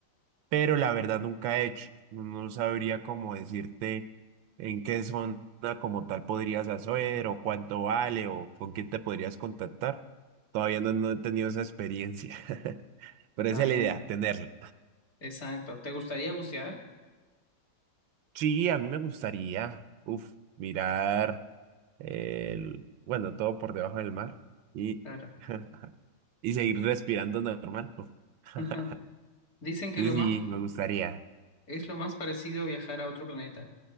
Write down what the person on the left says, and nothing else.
Está
bien,
exacto. ¿Te gustaría bucear?
Claro.
<laughs> Dicen que
lo
más
es lo más parecido a viajar a otro planeta,